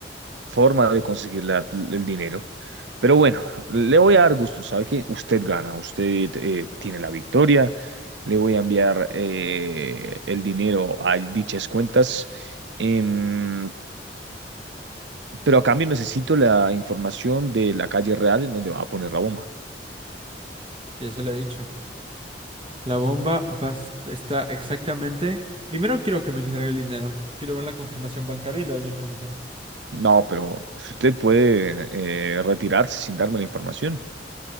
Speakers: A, on the right (about 85°); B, on the right (about 30°).
A: forma de conseguir la- el dinero. Pero bueno, le voy a dar gusto, sabe que usted gana, usted eh, tiene la victoria, le voy a enviar eh, el dinero a dichas cuentas, em, pero a cambio necesito la información de la calle real en donde va a poner la bomba.
B: Ya se lo he dicho. La bomba va a est- está exactamente. Primero quiero que me entregue el dinero. Quiero ver la confirmación bancaria y le doy la información.
A: No, pero usted puede eh, retirarse sin darme la información.